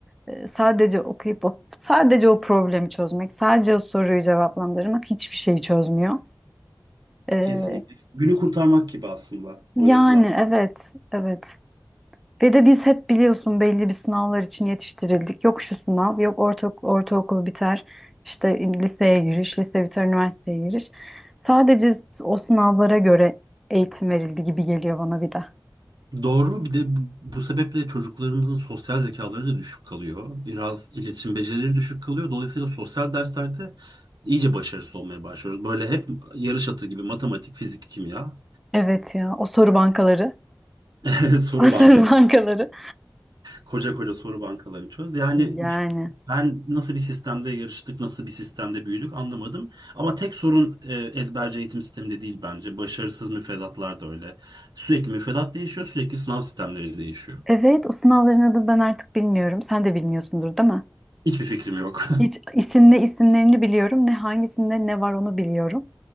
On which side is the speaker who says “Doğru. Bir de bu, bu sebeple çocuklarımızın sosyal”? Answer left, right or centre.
Right